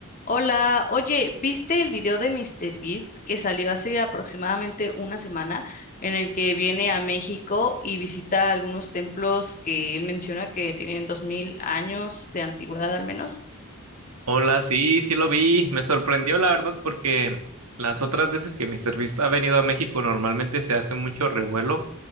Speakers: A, on the left; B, on the right.
A: Hola, oye, ¿viste el video de míster Beast que salió hace aproximadamente una semana en el que viene a México y visita algunos templos que él menciona que tienen 2000 años de antigüedad al menos?
B: Hola, sí, sí lo vi. Me sorprendió, la verdad, porque las otras veces que Mister Beast ha venido a México, normalmente se hace mucho revuelo